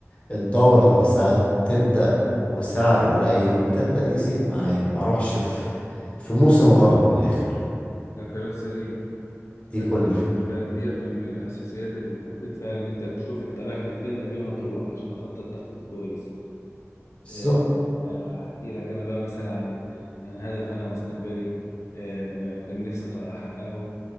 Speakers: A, on the left; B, on the left.
A: الدورة نفسها تبدأ وسعر قليل وتبدأ يزيد معايا ما أروحش في في موسم غلط من الآخر
B: ده كلام سليم
A: دي
B: ده
A: كل
B: كلام
A: الفكرة
B: سليم فعلا ديت من من اساسيات التخطيط فعلا ان انت تشوف انت رايح لفين قبل ما تروح عشان اخطط تخطيط كويس
A: بالظبط
B: آه، آه، احكي لك انا بقى مثلا عن عن هدف انا مستقبلي آه، ما كان نفسي أخ- احققه